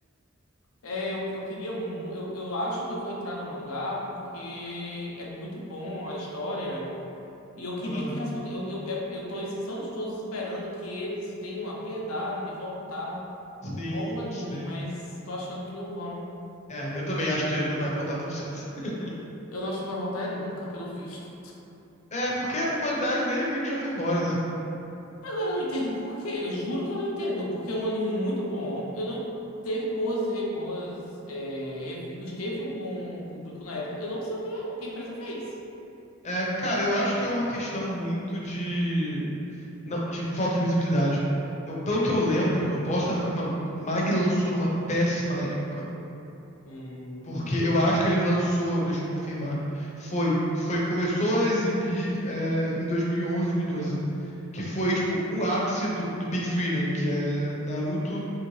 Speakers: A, on the left; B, on the left.
A: É, eu, eu queria muito. Eu, eu acho que eu vou entrar no mangá porque é muito bom a história. E eu queria
B: Aham.
A: que tivesse conte- Eu, eu, é- eu tô esses anos todos esperando que eles tenham a piedade de voltar
B: Sim,
A: com o anime,
B: sim.
A: mas tô achando que não vão.
B: É, eu também acho que não vai voltar tão cedo. <laughs>
A: Eu não acho que vai voltar é nunca, pelo visto.
B: É, porque a popularidade dele meio que já foi embora, né?
A: Agora eu não entendo por quê. Eu juro que eu não entendo. Porque é um anime muito bom. Eu não... Teve boas, re- boas é, reviews, teve um bom público na época. Eu não sei o que, o que a empresa fez.
B: É, cara, eu acho que é uma questão muito de. Não, de falta de visibilidade. Eu, pelo que eu lembro, eu posso estar ficando maluco. Mag lançou numa péssima época.
A: Hum,
B: Porque eu acho que ele lançou, deixa eu confirmar, foi, foi começou a exibir é, em 2011, 2012, que foi tipo o ápice do, do Big Three, né? Que é Naruto,